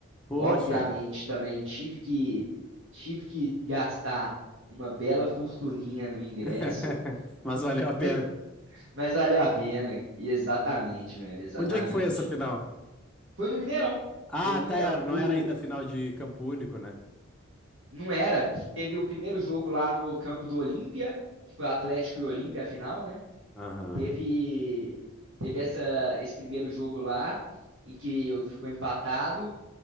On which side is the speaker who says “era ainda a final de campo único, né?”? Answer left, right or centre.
Centre